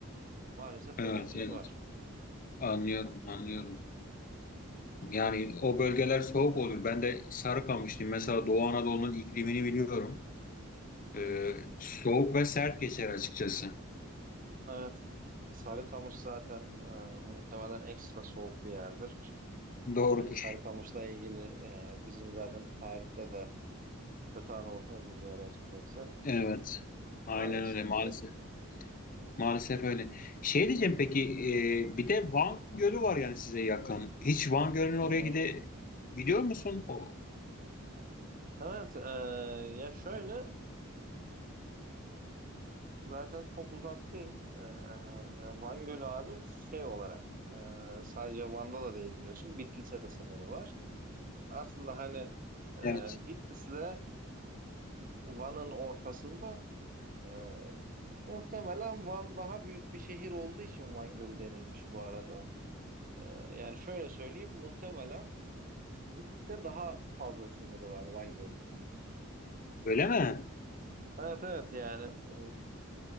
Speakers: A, on the right (about 40°); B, on the left (about 40°).
A: Maalesef
B: Evet
A: öyle bir şey
B: evet.
A: var.
B: Anlıyorum anlıyorum. Yani o bölgeler soğuk olur. Ben de Sarıkamışlıyım. Mesela Doğu Anadolu'nun iklimini biliyorum.
A: Hı
B: E,
A: hı.
B: soğuk ve sert geçer açıkçası.
A: Evet. Sarıkamış zaten e, muhtemelen ekstra soğuk bir yerdir.
B: Doğrudur.
A: Yani Sarıkamış'la ilgili e, bizim zaten tarihte de kötü anılarımız var açıkçası
B: Evet.
A: maalesef
B: Aynen öyle maalesef.
A: ki.
B: Maalesef öyle. Şey diyeceğim peki e, bir de Van Gölü var yani size yakın. Hiç Van Gölü'nün oraya
A: Hı hı.
B: gide biliyor musun? O,
A: Evet, e, ya şöyle zaten çok uzak değil. E, Van Gölü abi şey olarak e, sadece Van'da da değil biliyorsun. Bitlis'e de sınırı var. Aslında hani e,
B: evet.
A: Bitlis'le e, Van'ın ortasında e, muhtemelen Van daha büyük bir şehir olduğu için Van Gölü denilmiş bu arada. E, yani şöyle söyleyeyim muhtemelen Bitlis'e daha fazla sınırı var Van Gölü.
B: Öyle mi?
A: Evet evet yani e,